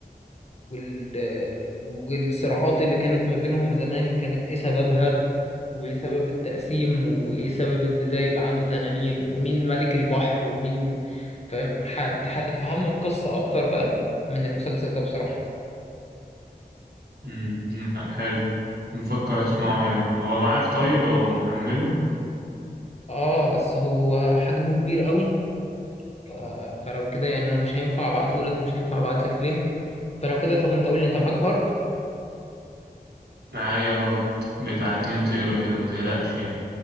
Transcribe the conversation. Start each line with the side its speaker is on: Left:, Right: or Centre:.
Left: وال... والصراعات اللي كانت ما بينهم زمان كانت ايه سببها وايه سبب التقسيم وايه سبب ان ده يبقى عنده تنانين ومين ملك البحر ومين فاهم هت... هتفهم القصة اكتر بقى من المسلسل ده بصراحة
Right: امم لأ، حلو مفكر اسمعه يعني هو معاك طيب او محمله
Left: اه بس هو حجمه كبير قوي ف... فلو كده يعني انا مش هينفع ابعتهولك ومش هينفع ابعتلك لينك فلو كده طب انت قول لي انت معاك هارد
Right: معايا هارد بتاع اتنين طيرة كده ما تقلقش يعني